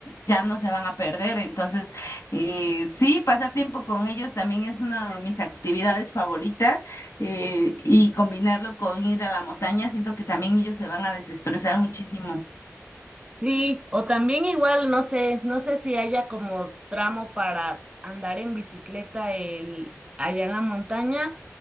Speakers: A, on the left (about 65°); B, on the right (about 20°).
A: ya no se van a perder. Entonces, eh, sí, pasar tiempo con ellos también es una de mis actividades favoritas eh, y combinarlo con ir a la montaña, siento que también ellos se van a desestresar muchísimo.
B: Sí, o también igual, no sé, no sé si haya como tramo para andar en bicicleta el, allá en la montaña,